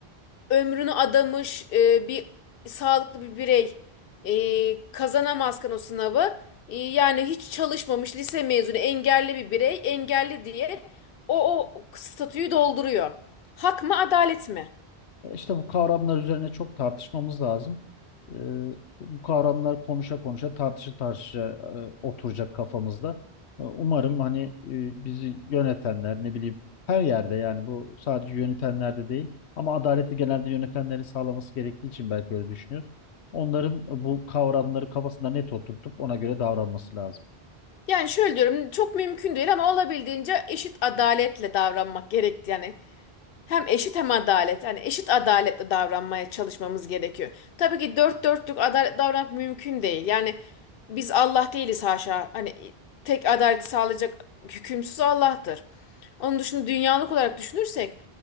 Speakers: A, on the left; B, on the left.
A: ömrünü adamış e, bir sağlıklı bir birey e, kazanamazken o sınavı e, yani hiç çalışmamış lise mezunu engelli bir birey engelli diye o, o statüyü dolduruyor. Hak mı adalet mi?
B: İşte bu kavramlar üzerine çok tartışmamız lazım. Ee, bu kavramlar konuşa konuşa, tartışa tartışa e, oturacak kafamızda. E, Umarım hani e, bizi yönetenler, ne bileyim her yerde yani bu sadece yönetenlerde değil ama adaleti genelde yönetenlerin sağlaması gerektiği için belki öyle düşünüyoruz. Onların bu kavramları kafasında net oturtup ona göre davranması lazım.
A: Yani şöyle diyorum çok mümkün değil ama olabildiğince eşit adaletle davranmak gerekti yani. Hem eşit hem adalet. Yani eşit adaletle davranmaya çalışmamız gerekiyor. Tabii ki dört dörtlük adalet davranmak mümkün değil. Yani biz Allah değiliz haşa. Hani tek adaleti sağlayacak hükümsüz Allah'tır. Onun dışında dünyalık olarak düşünürsek